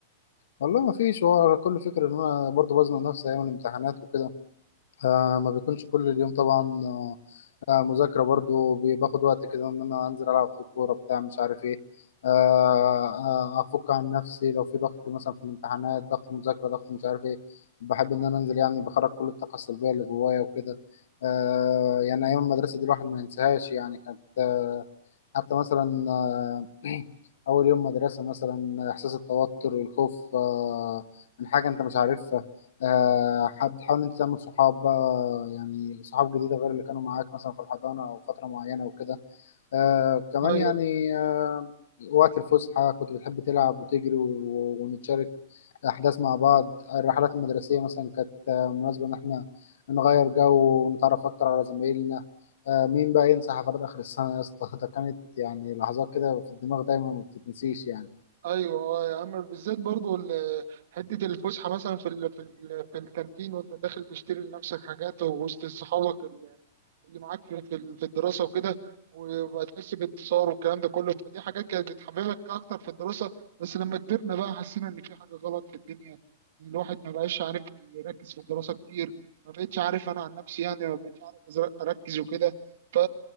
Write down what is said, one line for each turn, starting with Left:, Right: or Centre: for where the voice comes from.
Left: والله ما فيش هو كل فكره ان انا برضو بزنق نفسي ايام الامتحانات وكده آه ما بيكونش كل اليوم طبعا آه آه مذاكرة برضو بي- باخد وقت كده إن أنا أنزل ألعب في الكورة بتاع مش عارف إيه آه آه أفك عن نفسي لو في ضغط مثلا في الامتحانات ضغط مذاكرة ضغط مش عارف إيه بحب إن أنا أنزل يعني بخرج كل الطاقة السلبية اللي جوايا وكده آه يعني أيام المدرسة دي الواحد ما ينساهاش يعني كانت آه، حتى مثلا آه، <clears throat> أول يوم مدرسة مثلا إحساس التوتر والخوف آه، من حاجة أنت مش عارفها آه، حد حاول أنت تعمل صحاب بقى يعني صحاب جديدة غير اللي كانوا معاك مثلا في الحضانة أو فترة معينة وكده آه كمان
Right: ايوه
Left: يعني آه وقت الفسحة كنت بتحب تلعب وتجري و- ونتشارك أحداث مع بعض الرحلات المدرسية مثلا كانت آه، مناسبة إن إحنا نغير جو ونتعرف أكتر على زمايلنا آه مين بقى ينسى حفلات آخر السنة يا اسطى <laughs> ده كانت يعني لحظات كده في الدماغ دايما ما بتتنسيش يعني
Right: ايوه آه، يا عم بالذات برضو ال- حته الفسحه مثلا في ال في ال في الكانتين وانت داخل تشتري لنفسك حاجات ووسط صحابك اللي معاك في في في الدراسة وكده وبقى تحس بانتصار والكلام ده كله فدي حاجات كانت بتحببك أكتر في الدراسة بس لما كبرنا بقى حسينا إن في حاجة غلط في الدنيا إن الواحد ما بقاش عارف يركز في الدراسة كتير ما بقتش عارف أنا عن نفسي يعني ما بقتش عارف أزر- أركز وكده فا